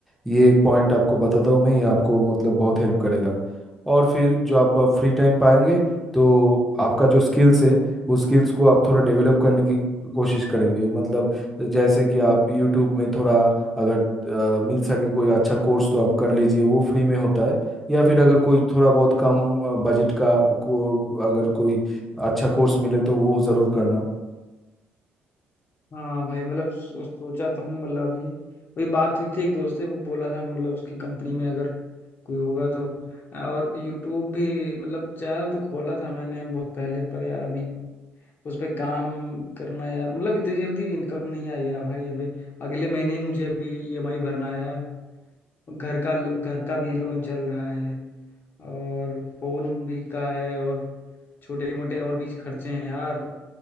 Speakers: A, in the centre; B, on the left.
A: ये एक पॉइंट आपको बताता हूँ मैं ये आपको मतलब बहुत हेल्प करेगा और फिर जो आप फ्री टाइम पाएंगे तो आपका जो स्किल्स है वो स्किल्स को आप थोड़ा डेवलप करने की कोशिश करेंगे मतलब जैसे कि आप यूट्यूब में थोड़ा अगर अ, मिल सके कोई अच्छा कोर्स तो आप कर लीजिए वो फ्री में होता है या फिर अगर कोई थोड़ा बहुत कम बजट का को अगर कोई अच्छा कोर्स मिले तो वो ज़रूर करना
B: हाँ भाई मतलब सो, सोचा तो हूँ मतलब अभी वही बात हुई थी एक दोस्त से वो बोला था मतलब उसकी कंपनी में अगर कोई होगा तो और यूट्यूब भी मतलब चैनल तो खोला था मैंने बहुत पहले पर यार अभी उस पे काम करना यार मतलब इतनी जल्दी इनकम नहीं आएगी ना भाई अभी अगले महीने ही मुझे अभी ईएमआई भरना है यार घर का लो- घर का भी लोन चल रहा है और फोन भी का है और छोटे मोटे और भी खर्चे हैं यार